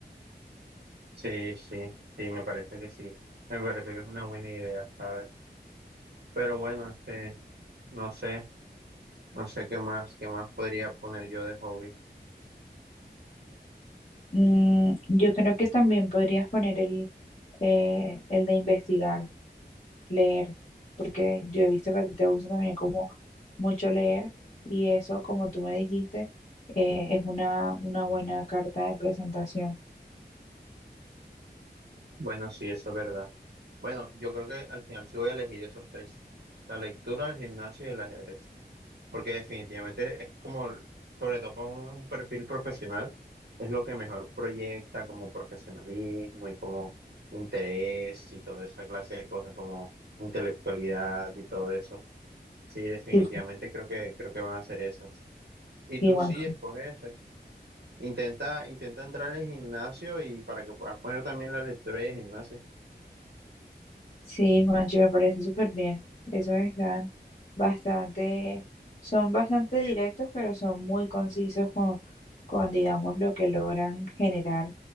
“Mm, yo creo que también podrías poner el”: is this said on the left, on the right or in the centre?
Left